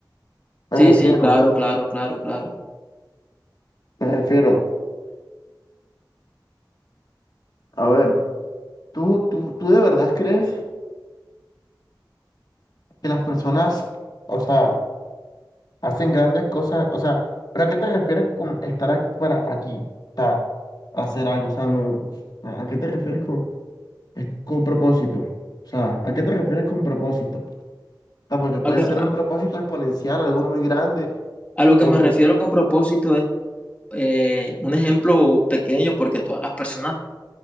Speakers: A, on the left; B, on the left.
A: Me
B: Sí,
A: refiero,
B: sí, claro, claro, claro, claro.
A: me refiero. A ver, ¿tú, tú, tú de verdad crees que las personas, o sea, Hacen grandes cosas, o sea, ¿pero a qué te refieres con estar ac- para aquí? O sea, hacer algo, o sea, no, ¿a qué te refieres con, es- con propósito? O sea, ¿a qué te refieres con propósito? O sea, porque puede
B: A, que-
A: ser un propósito exponencial, algo muy grande,
B: a lo
A: o...
B: que me refiero con propósito es eh, un ejemplo pequeño porque todas las personas